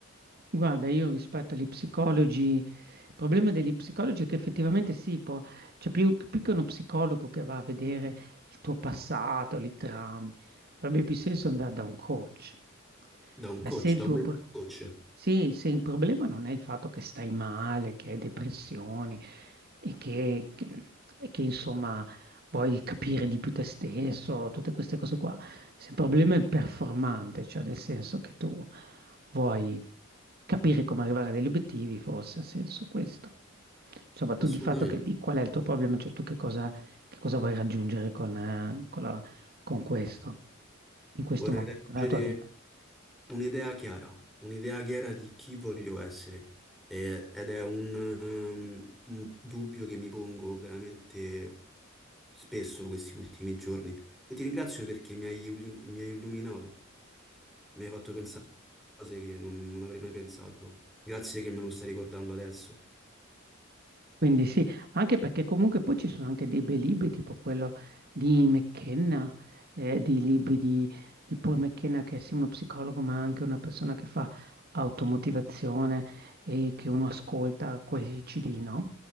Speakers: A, on the right; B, in the centre.
A: Guarda, io rispetto agli psicologi, il problema degli psicologi è che effettivamente sì, può, cioè più, più che uno psicologo che va a vedere il tuo passato, li traumi, avrebbe più senso andare da un coach.
B: Da un
A: Cioè,
B: coach,
A: se il
B: da
A: tuo,
B: un mental
A: pro-
B: coach,
A: sì, se il problema non è il fatto che stai male, che hai depressioni e che, che- e che, insomma vuoi capire di più te stesso, tutte queste cose qua, se il problema è performante, cioè nel senso che tu vuoi capire come arrivare a degli obiettivi forse ha senso questo. Insomma, tu
B: assolutamente.
A: di fatto che, di qual è il tuo problema, cioè tu che cosa, che cosa vuoi raggiungere con, eh, con la- con questo, in questo
B: Vorrei
A: momento,
B: raggiungere
A: nella tua vita?
B: un'idea chiara, un'idea chiara di chi voglio essere E- ed è un, ehm, un dubbio che mi pongo veramente spesso questi ultimi giorni e ti ringrazio perché mi hai, illu- mi hai illuminato, mi hai fatto pensare a cose che non, non avrei mai pensato. Grazie che me lo stai ricordando adesso.
A: Quindi sì, ma anche perché comunque poi ci sono anche dei bei libri, tipo quello di McKenna, eh, di libri di, di Paul McKenna, che è sì uno psicologo, ma anche una persona che fa automotivazione e che uno ascolta questi CD, no?